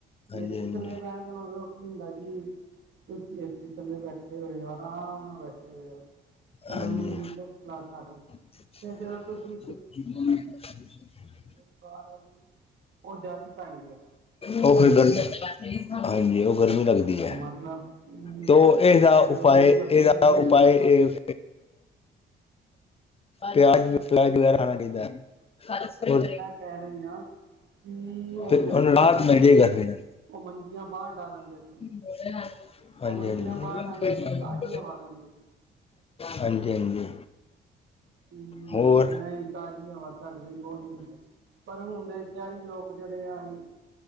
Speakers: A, on the left; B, on the right.
A: ਹਾਂਜੀ
B: ਏਸੀ
A: ਹਾਂਜੀ
B: ਥੱਲੇ ਬੈਣ ਦੇ ਮਗਰੋਂ ਕੀ ਹੁੰਦਾ ਐ ਜੀ ਤੁਸੀ ਏਸੀ ਥੱਲੇ ਬੈਠੇ ਹੋਏ ੳ, ਆਰਾਮ ਨਾਲ ਬੈਠੇ ਹੋਏ ੳ ਏਨਾਂ
A: ਹਾਂਜੀ
B: ਦੀ ਮਿਡਲ ਕਲਾਸ ਆ ਗਈ
A: <inaudible>
B: ਫਿਰ ਜਦੋਂ ਤੁਸੀਂ ਤੇ ਜੇੜੀ ਬਾਹਰ ਵਾਲੀ ੳਹ ਜਾਦੀ ਭੈੜੀ ਏ।
A: ੳਹ ਫੇਰ ਗਰ ਹਾਂਜੀ ੳਹ ਗਰਮੀ ਲੱਗਦੀ ਐ।
B: ਮਤਲਬ ਕਿ
A: ਤੋ ਏਦਾ
B: ਉਹ ਗਰਮੀ
A: ਉਪਾਏ,
B: ਕਰਦੀ
A: ਏਦਾ ਉਪਾਏ ਏ <inaudible> ਪਿਆਜ ਪਲਾਜ ਵਗੈਰਾ ਖਾਨਾ ਚਾਈਦਾ ਐ ਹੋਰ
B: ਕੈ ਰਈ ਆਂ ਕਿ ਹੁਨ
A: ਫਿਰ
B: ਜੇੜੇ
A: ਹੁਣ
B: ਪੁਰਾਨੇ
A: ਰਾਤ
B: ਲੋਕ
A: ਮਿਲਜੇ ਗਾ
B: ਸੀ
A: ਫਿਰ
B: ੳ ਮੰਜੀਆਂ ਬਾਹਰ ਡਾ ਲੈਂਦੇ ਸੀ।
A: <inaudible>
B: ੳਹ ਮੰਜੀਆਂ
A: ਹਾਂਜੀ
B: ਬਾਹਰ ਡਾਂਦੇ ਸੀ, ਤਾਜੀ ਹਵਾ ਲੈਂਦੇ ਸੀ।
A: ਹਾਂਜੀ ਹਾਂਜੀ
B: ਕਿ
A: ਹੋਰ
B: ਨਹੀਂ ਤਾਜ਼ੀ ਹਵਾ ਸਾਡੇ ਲਈ ਬਹੁਤ ਜ਼ਰੂਰੀ ਹੈ ਪਰ ਹੁਣ ਦੇ ਸ਼ਹਿਰੀ ਲੋਕ ਜਿਹੜੇ ਆਏ